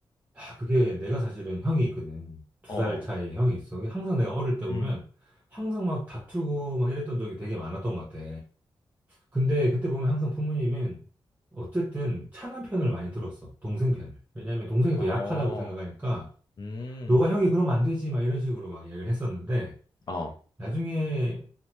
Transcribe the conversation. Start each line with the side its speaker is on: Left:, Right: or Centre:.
Right: 아, 그게 내가 사실은 형이 있거든. 두
Left: 어,
Right: 살 차이 형이 있어. 항상 내가 어릴 때 보면
Left: 음,
Right: 항상 막 다투고 막 이랬던 적이 되게 많았던 것 같아. 근데 그때 보면 항상 부모님은 어쨌든 차남 편을 많이 들었어. 동생 편을. 왜냐면 동생이
Left: 어,
Right: 더 약하다고 생각하니까
Left: 음,
Right: 너가 형이 그러면 안 되지 막 이런 식으로 막 얘기를 했었는데
Left: 어,
Right: 나중에